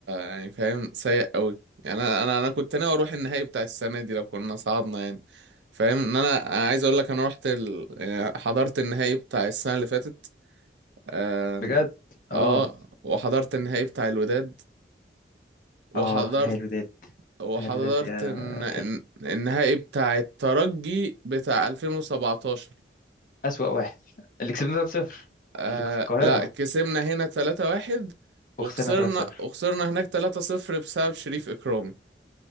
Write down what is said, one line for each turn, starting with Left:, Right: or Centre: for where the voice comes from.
Right: يعني فاهم سيء قوي يعني انا انا انا كنت ناوي اروح النهائي بتاع السنه دي لو كنا صعدنا يعني فاهم ان انا أنا عايز اقول لك انا رحت ال... يعني حضرت النهائي بتاع السنه اللي فاتت آم،
Left: بجد اه
Right: اه وحضرت النهائي بتاع الوداد وحضرت
Left: اه نهائي الوداد
Right: وحضرت
Left: نهائي الوداد ده
Right: الن- الن-
Left: حلو
Right: النهائي بتاع الترجي بتاع 2017
Left: أسوأ واحد اللي كسبنا 3-0
Right: آه
Left: اللي في القاهرة
Right: لا كسبنا هنا 3-1 وخسرنا
Left: وخسرنا 3-0
Right: وخسرنا هناك 3-0 بسبب شريف إكرامي